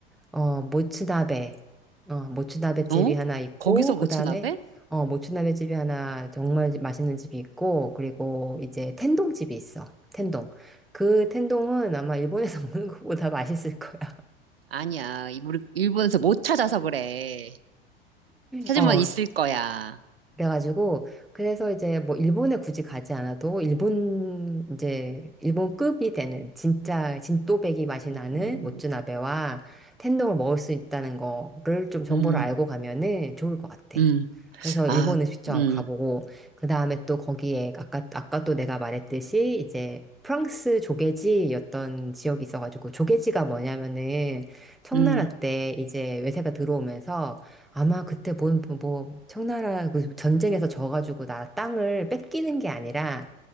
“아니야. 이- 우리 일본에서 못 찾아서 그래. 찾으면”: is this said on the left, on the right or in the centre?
Right